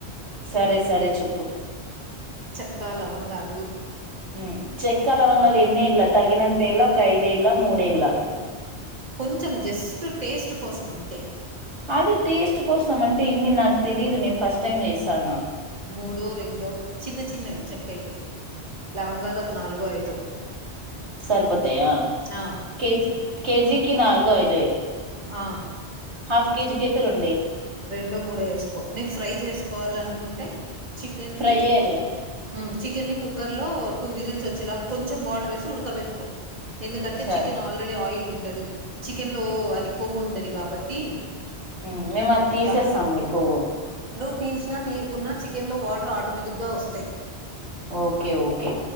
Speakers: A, on the right (about 80°); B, on the right (about 40°).
A: సరే సరే చెప్పు
B: చెక్కా లవంగాలు
A: ఉ చెక్క లవంగాలు
B: ఆ
A: ఎన్ని ఏల్లా, తగినంత ఏల్లా, ఒక ఐదే ఎల్, లా మూడేల్లా.
B: కొంచెం జస్ట్ టేస్ట్ కోసం అంతే
A: అది టేస్ట్ కోసం అంటే ఎన్ని నాకు తెలీదు, నేను ఫస్ట్ టైం చేసాన్న.
B: మూడో రెండో చిన్న చిన్నవి చక్కయితే లవంగాలు ఒక నాలుగో ఐదో
A: సరిపోతాయా
B: ఆ
A: కేజ్ కేజీకిి నలుగో ఐ
B: ఆ
A: హాఫ్ కేజీ అయితే రెం
B: రెండో మూడో వేసుకో నువ్వు ఫ్రై చేసుకోవాల అనుకుంటే చికెన్
A: ఫ్రై
B: ది
A: ఏయాలే
B: ఊ చికెన్ని కుక్కర్ లో టూ విజిల్స్ వచ్చేలా కొంచెం వాటర్ వేసి ఉడకబెట్కోకో ఎందుకంటే
A: సరే
B: చికెన్ ఆల్రెడీ ఆయిల్ ఉంటు టది చికెన్ లో అది కొవ్వు ఉంటది కాబట్టి
A: హు మేము అది తీసేస్తాం
B: ద
A: లే కోవ్వు
B: నువ్వు తీసినా తీయకున్నా చికెన్ లో వాటర్ ఆటోమేటిక్ గా వస్తాయ్
A: ఓకే ఓకే